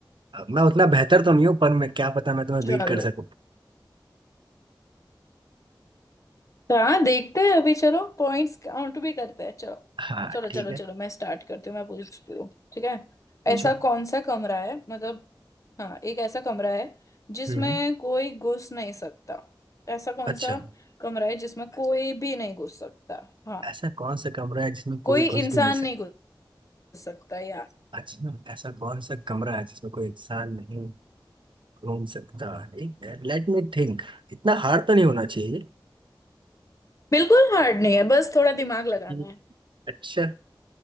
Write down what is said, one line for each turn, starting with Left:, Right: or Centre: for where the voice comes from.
Right: अ, मैं उतना बेहतर तो नहीं हूँ पर मैं क्या पता मैं तुम्हें
Left: चलो
Right: बीट कर सकूँ
Left: तो हाँ देखते हैं अभी चलो पॉइंट्स काउंट भी करते हैं चलो
Right: हाँ
Left: चलो
Right: ठीक
Left: चलो
Right: है
Left: चलो मैं स्टार्ट करती हूँ मैं पूछती हूँ ठीक है
Right: पूछो
Left: ऐसा कौन सा कमरा है मतलब हाँ एक ऐसा कमरा है जिसमें
Right: हम्म
Left: कोई घुस नहीं सकता ऐसा कौन
Right: अच्छा
Left: सा कमरा है जिसमें कोई भी नहीं घुस सकता हाँ
Right: ऐसा कौन सा कमरा है जिसमें
Left: कोई
Right: कोई घुस
Left: इंसान
Right: भी नहीं
Left: नहीं
Right: सकता
Left: घुस सकता यार
Right: अच्छा ऐसा कौन सा कमरा है जिसमें कोई इंसान नहीं घूम सकता ठीक है लेट मी थिंक इतना हार्ड तो नहीं होना चाहिए
Left: बिल्कुल हार्ड नहीं है बस थोड़ा दिमाग लगाना
Right: हम्म,
Left: है
Right: अच्छा